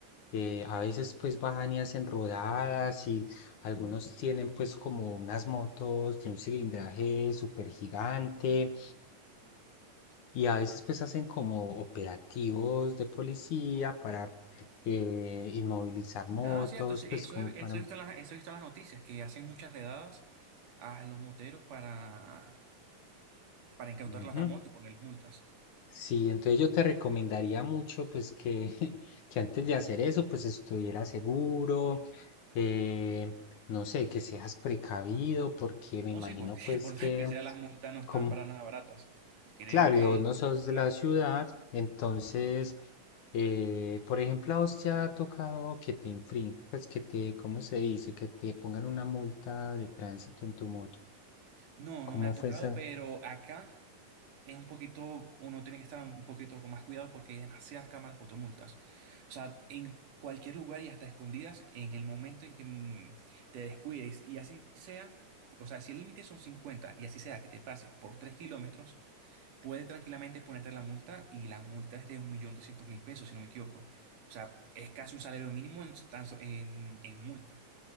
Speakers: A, on the left; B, on the right.
A: eh, a veces pues bajan y hacen rodadas y algunos tienen pues como unas motos de un cilindraje súper gigante y a veces pues hacen como operativos de policía para eh, inmovilizar motos,
B: Ah, cierto, eso, eso
A: pues como
B: he,
A: para...
B: eso he visto en las, eso he visto en las noticias, que hacen muchas redadas a los moteros para, para incautarles
A: Ujú.
B: la moto y ponerles multas.
A: Sí, entonces yo te recomendaría mucho pues que, <laughs> que antes de hacer eso pues estuviera seguro, eh, no sé, que seas precavido porque me
B: No
A: imagino
B: sí, porque <laughs>
A: pues
B: por
A: que,
B: más que sea, las multas no están
A: como,
B: para nada baratas. Creo
A: claro,
B: que
A: y vos no sos de
B: una,
A: la ciudad, entonces, eh, por ejemplo, a vos te ha tocado que te infrinjan, pues que te, ¿cómo se dice? Que te pongan una multa de tránsito en tu moto.
B: No,
A: ¿Cómo
B: no me ha tocado,
A: fue eso?
B: pero acá es un poquito, uno tiene que estar un poquito con más cuidado porque hay demasiadas cámaras fotomultas. O sea, en cualquier lugar y hasta escondidas, en el momento en que mm, te descuides y así sea, o sea, si el límite son 50 y así sea que te pases por 3 kilómetros, puede tranquilamente ponerte la multa y la multa es de 1.200.000 pesos, si no me equivoco. O sea, es casi un salario mínimo en, en en multa.